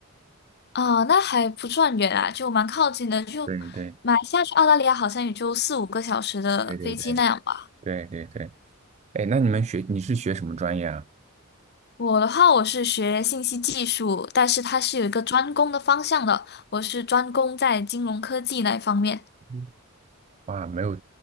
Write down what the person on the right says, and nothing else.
对对对
对对对对对，哎，那你们学你是学什么专业啊？
嗯哇，没有，